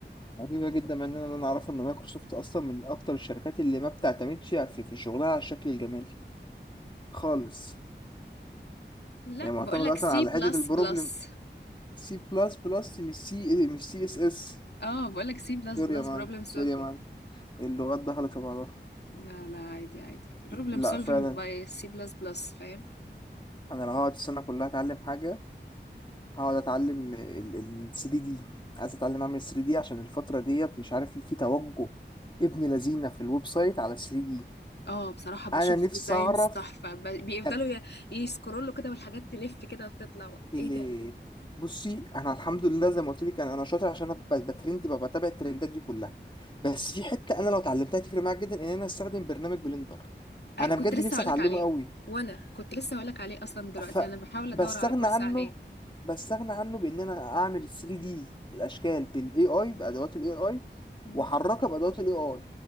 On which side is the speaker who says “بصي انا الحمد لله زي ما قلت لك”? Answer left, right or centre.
Left